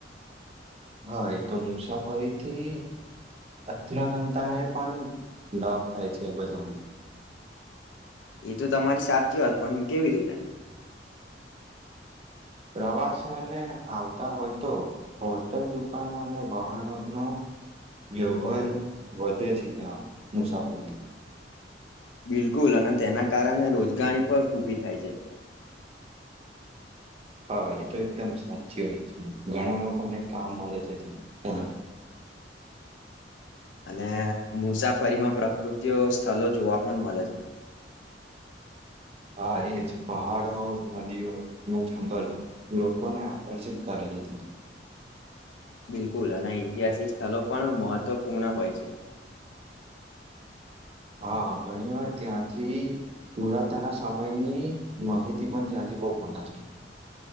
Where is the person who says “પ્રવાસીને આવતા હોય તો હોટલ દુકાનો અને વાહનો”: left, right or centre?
Right